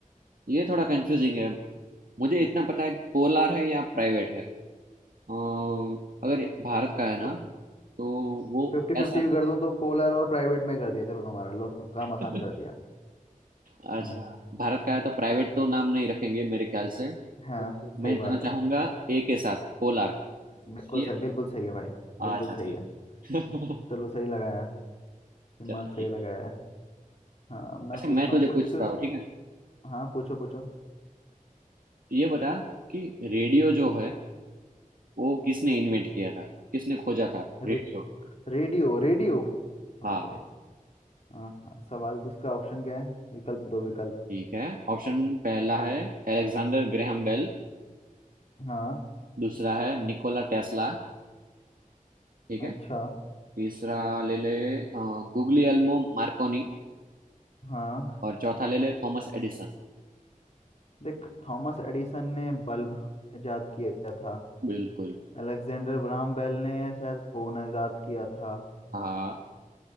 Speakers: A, on the right (about 80°); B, on the left (about 50°).
A: ये थोड़ा कंफ्यूजिंग है मुझे इतना पता है कि पोलार है या प्राइवेट है अम, अगर भारत का है ना
B: तो
A: तो वो
B: फिफ्टी फिफ्टी
A: ऐसा
B: भी कर दूं तो पोलर और प्राइवेट में कर दिया चलो तुम्हारा लो काम
A: <laughs>
B: आसान कर दिया
A: अच्छा
B: हम्म
A: भारत का है तो प्राइवेट तो नाम नहीं रखेंगे मेरे ख्याल से तो
B: हाँ सही
A: मैं जाना
B: बात
A: चाहूंगा
B: है
A: ए के साथ पोलार
B: बिल्कुल
A: सही है
B: सही बिल्कुल सही है भाई बिल्कुल
A: अच्छा
B: सही है
A: चलो <laughs>
B: चलो सही लगाया दिमाग
A: चलो ठीक
B: सही लगाया है हाँ मैं
A: अच्छा
B: पूछता
A: मैं तुझे
B: हूँ कुछ
A: पूछता हूँ ठीक है
B: हाँ पूछो पूछो
A: ये बता कि रेडियो जो है वो किसने इन्वेंट किया था किसने खोजा था
B: रे,
A: रेडियो
B: रेडियो रेडियो बाप
A: हाँ
B: रे हाँ हाँ सवाल उसका ऑप्शन क्या है विकल्प दो विकल्प
A: ठीक है ऑप्शन पहला है एलेक्सेंडर ग्रैहम बेल
B: हाँ
A: दूसरा है निकोला टेस्ला ठीक
B: अच्छा
A: है तीसरा ले ले गुग्लियल्मो मार्कोनी
B: हाँ
A: और चौथा ले ले थॉमस एडिसन
B: देख थॉमस एडिसन ने बल्ब इजाद किया था
A: बिल्कुल
B: अलेक्जेंडर ग्राहम बेल ने शायद फोन इजाद किया था
A: हाँ